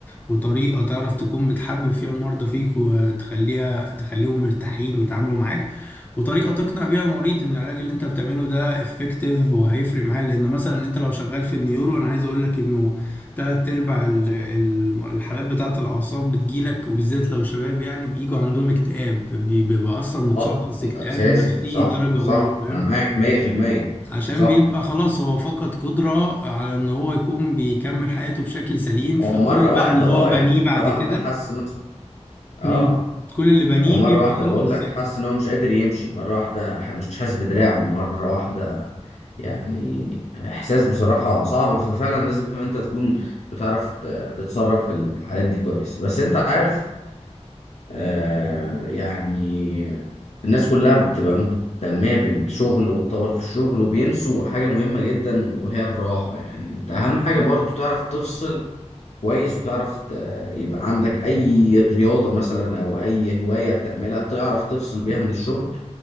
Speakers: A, on the left; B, on the left.
A: وطريقة تعرف تكون بتحبب فيها المرضى فيك وتخليها تخليهم مرتاحين يتعاملوا معاك وطريقة تقنع بيها المريض إن العلاج اللي أنت بتعمله ده افكتيف وهيفرق معاه لأنه مثلا أنت لو شغال في النيورو أنا عايز أقولك إنه تلات أرباع ال- ال- الحالات بتاعة الأعصاب بتجيلك وبالذات لو شباب يعني بيجوا عندهم اكتئاب بي- بيبقى أصلا متشخص
B: اه طبعا
A: اكتئاب
B: ده اساسي
A: نفسي
B: صح
A: درجة
B: صح
A: أولى فاهم
B: انا معاك 100%
A: عشان
B: صح
A: بيبقى خلاص هو فقد قدرة على ان هو يكون بيكمل حياته بشكل سليم فكل
B: هو مرة واحدة
A: بقى اللي
B: اه
A: هو بنيه
B: يعني
A: بعد
B: مرة واحدة
A: كده
B: حس نفسه اه
A: مم. كل اللي بنيه
B: هو مرة
A: بيبقى
B: واحدة
A: خلاص
B: بقول لك
A: يعني
B: حاسس إن هو مش قادر يمشي مرة واحدة ح- مش حاسس بدراعه مرة واحدة يعني إحساس بصراحة صعب ففعلا لازم أنت تكون بتعرف ت- تتصرف في الحالات دي كويس بس أنت عارف آه يعني الناس كلها بتبقى مهتمية بالشغل والتطور في الشغل وبينسوا حاجة مهمة جدا وهي الراحة يعني أنت أهم حاجة برضو تعرف تفصل كويس وتعرف ت- يبقى عندك اي رياضة مثلا او اي هواية بتعملها تعرف تفصل بيها من الشغل